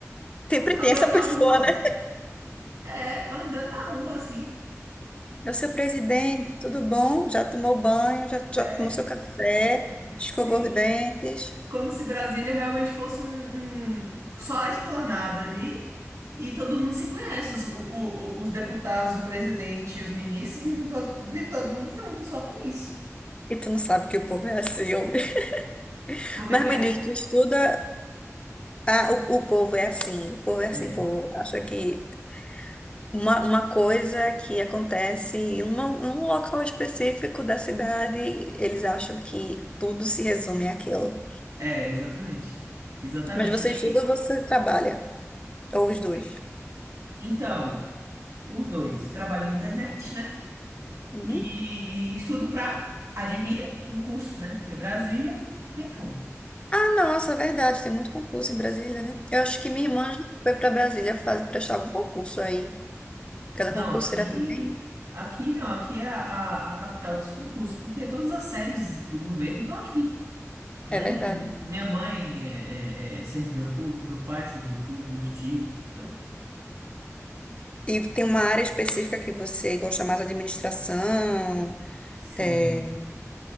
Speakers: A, on the left (about 20°); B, on the right (about 85°).
A: Sempre tem
B: Andando
A: essa <laughs> pessoa,
B: na rua.
A: né?
B: É, andando na rua, assim.
A: É o seu presidente, tudo bom? Já tomou banho, já,
B: É,
A: já tomou seu café,
B: <laughs>
A: escovou
B: sim.
A: os dentes.
B: Como se Brasília realmente fosse um, um- só a esplanada ali e todo mundo se conhece, os, o- o- os deputados, e o presidente e os ministros vivem todo, vive todo mundo junto, só tem isso.
A: E tu não sabe que o povo é assim, homem. <laughs>
B: Como
A: Mas
B: é que
A: me
B: é?
A: diz, tu estuda. Ah, o, o povo é assim, o povo é
B: É,
A: assim, o povo acha que Uma, uma coisa que acontece em uma- um local específico da cidade, eles acham que tudo se resume àquilo.
B: é, exatamente. Exatamente.
A: Mas você
B: E,
A: estuda ou você trabalha? Ou os
B: e-
A: dois?
B: e- então, os dois trabalham na internet, né?
A: Uhum.
B: E, e estudo pra, adivinha? Concurso, né? Porque Brasília não tem como.
A: Ah, nossa, é verdade, tem muito concurso em Brasília, né? Eu acho que minha irmã já foi para Brasília fazer, prestar algum concurso aí. Cada
B: Não,
A: concurseira
B: aqui.
A: também.
B: Aqui não, aqui é a, a a capital dos concursos, porque todas as sedes do governo estão aqui, né?
A: É verdade.
B: M- Minha mãe é, é, é servidora pública, meu pai é servidor público, meus tios, então,
A: E tem uma área específica que você gosta mais, administração,
B: sim.
A: é,